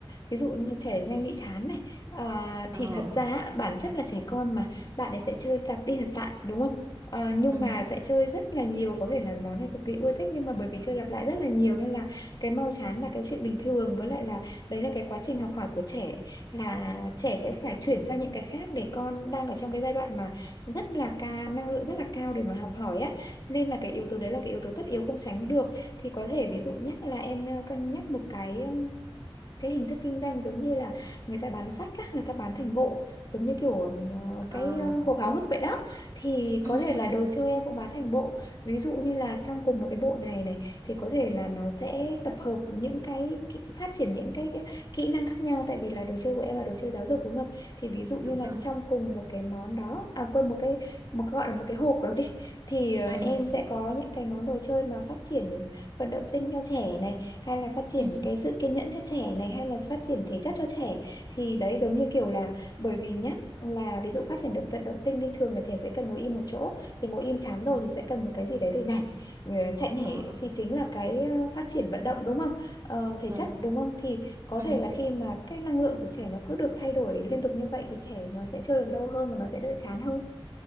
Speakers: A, on the left (about 45°); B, on the right (about 35°).
A: ví dụ như trẻ nhanh bị chán này à,
B: Ờ.
A: thì thật ra bản chất là trẻ con mà bạn ấy sẽ chơi lặp đi lặp lại đúng không Ờ, nhưng
B: Ừ.
A: mà sẽ chơi rất là nhiều có thể là món này cực kỳ ưa thích nhưng mà bởi vì chơi lặp lại rất là nhiều nên là cái mau chán là cái chuyện bình thường với lại là đấy là cái quá trình học hỏi của trẻ là trẻ sẽ phải chuyển sang những cái khác để con đang ở trong cái giai đoạn mà rất là ca năng lượng rất là cao để mà học hỏi á nên là cái yếu tố đấy là cái yếu tố tất yếu không tránh được thì có thể ví dụ nhé là em ờ, cân nhắc một cái ừm, cái hình thức kinh doanh giống như là người ta bán sách á, người ta bán thành bộ giống như kiểu ờ,
B: Ờ.
A: cái ờ, hộp háo hức vậy đó thì
B: Ừ
A: có thể
B: ừ.
A: là đồ chơi em cũng bán thành bộ ví dụ như là trong cùng một cái bộ này này thì có thể là nó sẽ tập hợp những cái kỹ, phát triển những cái, cái kỹ năng khác nhau tại vì là đồ chơi của em là đồ chơi giáo dục đúng không thì ví dụ như
B: Đúng
A: là
B: rồi.
A: trong cùng một cái món đó à quên một cái một cái gọi là một cái hộp đó đi thì ờ,
B: Ừ.
A: em sẽ có những cái món đồ chơi mà phát triển vận động tinh cho trẻ này hay là phát triển
B: Ừ.
A: cái sự kiên nhẫn cho trẻ này hay là phát triển thể chất cho trẻ thì đấy giống như kiểu là bởi vì nhá là ví dụ phát triển động vận động tinh đi thường là trẻ sẽ cần ngồi im một chỗ thì ngồi im chán rồi thì sẽ cần một cái gì đấy để nhảy Ừ, chạy nhảy
B: Ờ.
A: thì chính là cái ờ, phát triển vận động đúng không Ờ, thể
B: Rồi.
A: chất đúng không thì có
B: Ừ.
A: thể là khi mà cái năng lượng của trẻ nó cứ được thay đổi liên tục như vậy thì trẻ nó sẽ chơi được lâu hơn và nó sẽ đỡ chán hơn